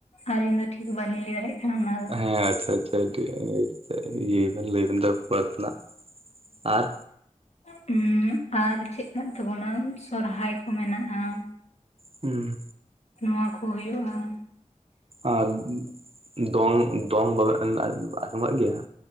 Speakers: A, on the left; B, on the right.
A: ᱟᱹᱞᱤᱧ ᱫᱚ ᱴᱷᱤᱠ ᱵᱟᱞᱤᱧ ᱞᱟᱹᱭ ᱫᱟᱲᱮᱭᱟᱜ ᱠᱟᱱᱟ ᱚᱱᱟ ᱫᱚ ᱾
B: ᱦᱮᱸ, ᱟᱪᱪᱷᱟ -ᱟᱪᱪᱷᱟ ᱴᱷᱮ ᱤᱭᱟᱹᱭ ᱵᱮᱱ ᱞᱟᱹᱭᱵᱮᱱ ᱛᱟᱨᱯᱚᱨᱮ ᱛᱮᱱᱟᱜ ᱟᱨ
A: ᱴᱩᱸᱡ-ᱩᱸᱟᱨ ᱪᱮᱫ ᱠᱚ ᱢᱮᱱᱟᱜ ᱛᱟᱵᱚᱱᱟ ᱥᱚᱨᱦᱟᱭ ᱠᱚ ᱢᱮᱱᱟᱜᱼᱟ ᱾
B: ᱩᱸ ᱾
A: ᱱᱚᱶᱟᱠᱩ ᱦᱩᱭᱩᱜᱼᱟ ᱾
B: ᱟᱨ ᱫᱚᱝ, ᱫᱚᱝ ᱵᱟ-ᱵᱟᱵᱤᱱ ᱟ-ᱟᱸᱡᱚᱢ ᱠᱟᱜ ᱜᱮᱭᱟ?